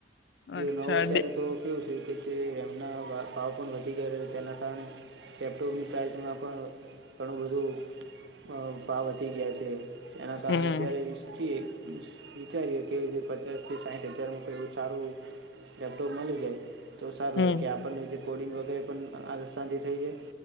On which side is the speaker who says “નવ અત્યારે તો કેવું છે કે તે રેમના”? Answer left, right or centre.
Right